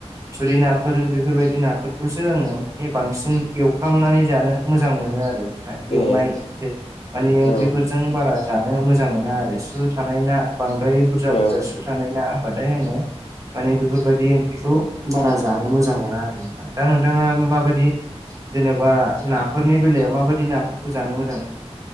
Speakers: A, on the right; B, on the left.
A: थुरि नाफोर बेफोरबादि नाफोरखौसो आंङो ने बांसिन एवफ्रामनानै जानो मोजां मोनो आरो नोंथाय एवनाय
B: ए
A: जो माने ओंख्रिफोरजों
B: औ
A: जों बारा जानो मोजां मोना आरो सु थानाय ना बांद्राय बुर्जा
B: औ
A: बुर्जा सु थानाय ना होमबाथाय आङो माने बेफोरबादि ओंख्रिखौ बारा जानो मोजां मोना आरो। दा नोंथाङा मा बायदि जेनेबा नाफोरनि बेलायाव माबादि नाफोरखौ जानो मोजां मोनो।